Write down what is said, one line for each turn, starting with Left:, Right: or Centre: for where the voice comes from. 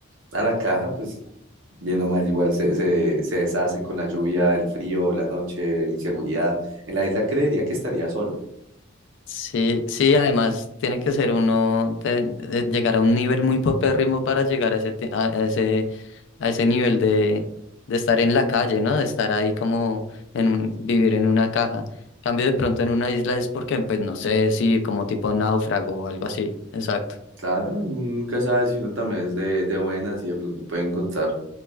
Right: a la caja, pues bien o mal, igual se, se, se deshace con la lluvia, el frío, la noche, inseguridad. En la isla creería que estaría solo.
Left: Sí, sí, además tiene que ser uno, te- eh, llegar a un nivel muy popérrimo para llegar a ese, te- a, a ese, a ese nivel de, de estar en la calle, ¿no? De estar ahí como en un, vivir en una caja. Cambio de pronto en una isla es porque, pues no sé, sí, como tipo náufrago o algo así. Exacto.
Right: Claro, y uno nunca sabe si uno también es de, de buenas y de pronto puede encontrar,